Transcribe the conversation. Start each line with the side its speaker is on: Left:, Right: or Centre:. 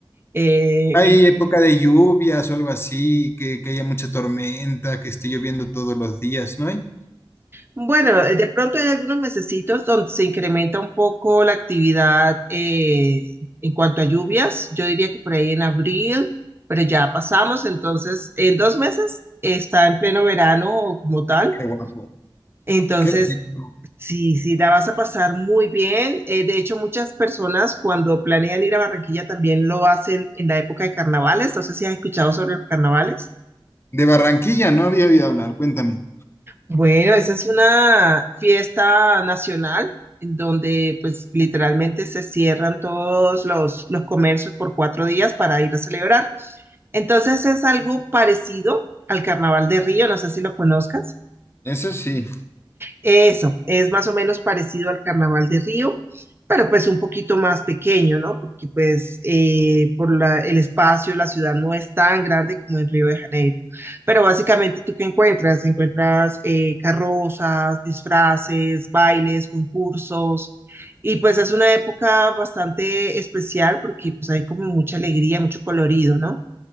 Right: eh,
Left: Hay
Right: en qué
Left: época
Right: estación.
Left: de lluvias o algo así, que, que haya mucha tormenta, que esté lloviendo todos los días, ¿no hay?
Right: Bueno, eh, de pronto hay algunos mesecitos donde se incrementa un poco la actividad eh, en cuanto a lluvias. Yo diría que por ahí en abril, pero ya pasamos. Entonces, en dos meses está en pleno verano como tal.
Left: Qué guapo.
Right: Entonces,
Left: Qué rico.
Right: Sí, sí, la vas a pasar muy bien. Eh, de hecho, muchas personas cuando planean ir a Barranquilla también lo hacen en la época de carnavales. No sé si has escuchado sobre los carnavales.
Left: De Barranquilla no había oído hablar, cuéntame.
Right: Bueno, esa es una fiesta nacional en donde pues literalmente se cierran todos los, los comercios por cuatro días para ir a celebrar. Entonces es algo parecido al Carnaval de Río, no sé si lo conozcas.
Left: Eso sí.
Right: Eso, es más o menos parecido al Carnaval de Río, pero pues un poquito más pequeño, ¿no? Porque pues eh, por la- el espacio, la ciudad no es tan grande como en Río de Janeiro. Pero básicamente, ¿tú qué encuentras? Encuentras eh, carrozas, disfraces, bailes, concursos. Y pues es una época bastante especial porque pues hay como mucha alegría, mucho colorido, ¿no?